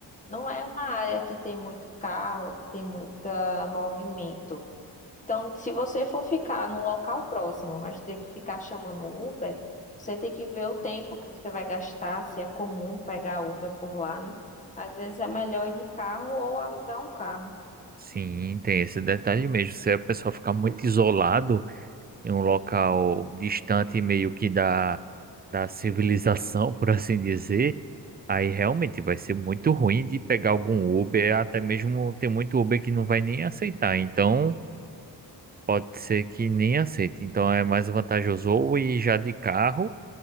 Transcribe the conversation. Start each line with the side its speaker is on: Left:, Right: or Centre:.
Left: não é uma área que tem muito carro, que tem muito movimento. Então, se você for ficar num local próximo, mas ter que ficar chamando o Uber, você tem que ver o tempo que você vai gastar, se é comum pegar Uber por lá, né? Às vezes é melhor ir de carro ou alugar um carro.
Right: Sim, tem esse detalhe mesmo. Se a pessoa ficar muito isolado. em um local distante meio que da, da civilização, <laughs> por assim dizer, aí realmente vai ser muito ruim de pegar algum Uber, até mesmo tem muito Uber que não vai nem aceitar, então pode ser que nem aceite. Então é mais vantajoso ou ir já de carro,